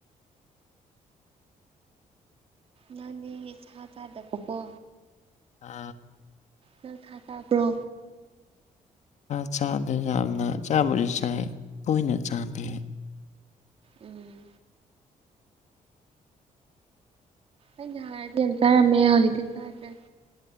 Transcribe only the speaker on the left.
ꯑꯥ
ꯑ ꯆꯥꯗꯦ ꯌꯥꯝꯅ ꯆꯥꯕꯨꯗꯤ ꯆꯥꯏ ꯇꯣꯏꯅ ꯆꯥꯗꯦ